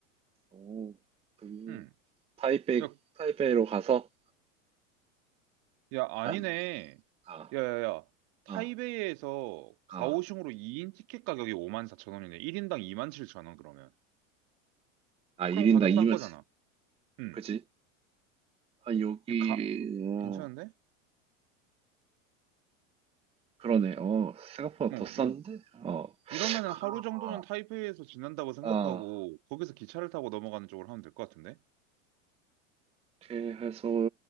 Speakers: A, on the right; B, on the right.
A: 오, 그,
B: 음.
A: 타이베이,
B: 야,
A: 타이베이로 가서
B: 야, 아니네.
A: 한, 아,
B: 야, 야, 야. 타이베이에서
A: 아, 아,
B: 가오슝으로 2인 티켓 가격이 5만 사천 원이네. 1인당 2만 칠천 원, 그러면.
A: 아, 1인당
B: 그럼 가격
A: 2만,
B: 싼 거잖아. 응.
A: 그지? 아, 여기,
B: 가,
A: 어,
B: 괜찮은데?
A: 그러네. 어, 생각보다
B: 어,
A: 더 싼데?
B: 이,
A: 어,
B: 이러면은 하루
A: 아,
B: 정도는 타이베이에서 지난다고 생각하고,
A: 아.
B: 거기서 기차를 타고 넘어가는 쪽으로 하면 될 것 같은데?
A: 이렇게 해서